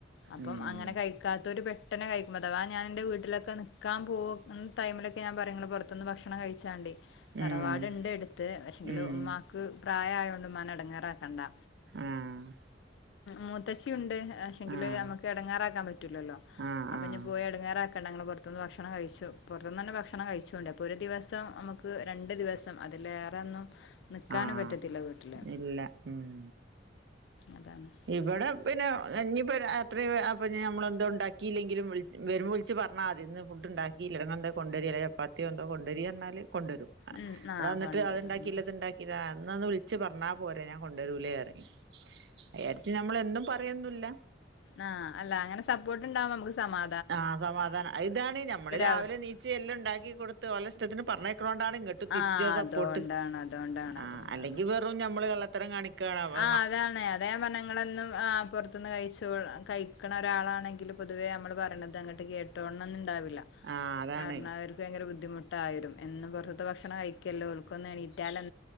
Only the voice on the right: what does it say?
ഉം
ഉം
ഉം
ആഹ്
ആഹ്
ആഹ്
ആഹ്
ആഹ്
ഇല്ല ഉം
ഇവിടെ പിന്നെ ഇനി ഇപ്പോ രാത്രി അപ്പം നമ്മളെന്തോ ഉണ്ടാക്കിയില്ലെങ്കിലും വിളിച്ച് വരുമ്പോ വിളിച്ച് പറഞ്ഞാതി ഇന്ന്ഫുഡ്ണ്ടാക്കി ഇല്ല ഇങ്ങള് എന്തേ കൊണ്ടേരി അല്ല ചപ്പാത്തിയോ എന്തോ കൊണ്ടെരി പറഞ്ഞാൽ കൊണ്ടൊരും
ഇവിടെ
വന്നട്ട്
അത്ഇണ്ടാക്കില്ല ഇത്ണ്ടാക്കി എന്നാ ഒന്ന് വിളിച്ച് പറഞ്ഞാൽ പോരെ ഞാൻ കൊണ്ടൊരൂലെ പറയും അയ്യെയിരത്തി നമ്മള് എന്നും പറയൊന്നുല്ല
ആ സമാധാനാ അത് ഇതാണ് ഞമ്മള് രാവിലെ
എനീച്ചി എല്ലൊം ഇണ്ടാക്കി കൊടുത്ത് ഓലെ ഇഷ്ടത്തിന് പറഞ്ഞാ ക്കൊന്നോണ്ടാണ് ഇങ്ങട്ട് തിരിച്ച്
ആ സപ്പോർട്ട്
ആ
അല്ലെങ്കി വെറും ഞമ്മള് കള്ളത്തരം കാണിക്കാണപ്പം
ആഹ് അതാണ്